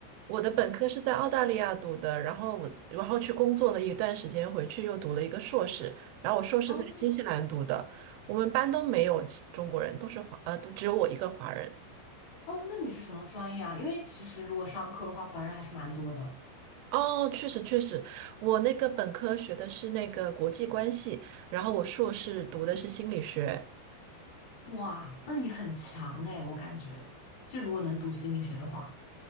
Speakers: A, on the right (about 85°); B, on the left (about 75°).
A: 我的本科是在澳大利亚读的，然后我然后去工作了一段时间，回去又读了一个硕士，然后我硕士在新西兰读的，
B: 哦。
A: 我们班都没有其中国人，都是华，呃，都只有我一个华人。
B: 哦，那你是什么专业啊？因为其实如果商科的话，华人还是蛮多的。
A: 哦，确实确实，我那个本科学的是那个国际关系，然后我硕士读的是心理学。
B: 哇，那你很强哎，我感觉，就如果能读心理学的话，